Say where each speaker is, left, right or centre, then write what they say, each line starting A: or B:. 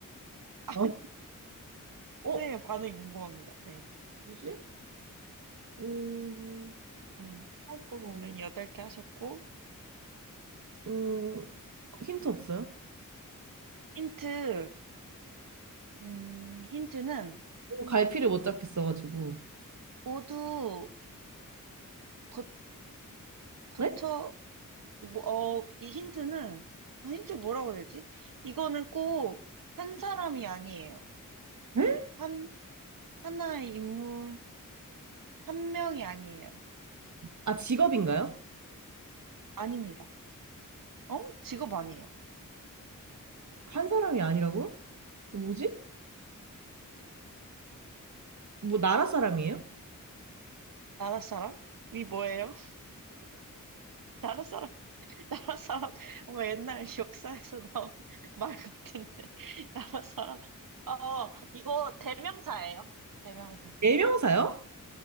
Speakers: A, on the right; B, on the right.
A: 아,
B: 어, 어,
A: 네, 반응이 궁금합니다. 네.
B: 뭐지? 음,
A: 음,
B: 사업가가 아니고.
A: 연 여덟 개 하셨고,
B: 어, 힌트 없어요?
A: 힌트, 음, 힌트는
B: 어, 갈피를 못 잡겠어가지고.
A: 모두 거, 거쳐,
B: 네?
A: 뭐, 어, 이 힌트는, 아, 힌트 뭐라고 해야 되지? 이거는 꼭 한 사람이 아니에요.
B: 네?
A: 한, 하나의 인물, 한 명이 아니에요.
B: 아, 직업인가요?
A: 아닙니다. 어? 직업 아니에요.
B: 한 사람이 아니라고요? 어, 뭐지? 뭐, 나라 사람이에요?
A: 나라 사람이 뭐예요? <laughs> 나라 사람, <laughs> 나라 사람, 뭐 옛날 역사에서 나온 <laughs> 말 같은데. <laughs> 나라 사람. 어, 이거 대명사예요. 대명사.
B: 대명사요?